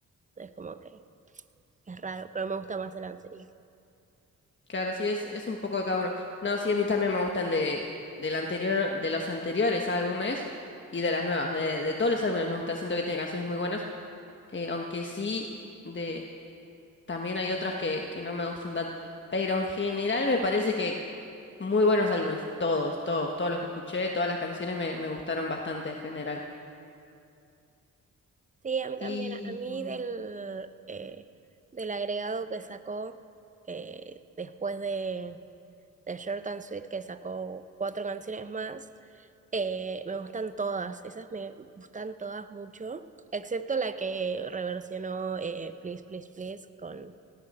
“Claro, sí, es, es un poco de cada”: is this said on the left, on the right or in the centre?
Left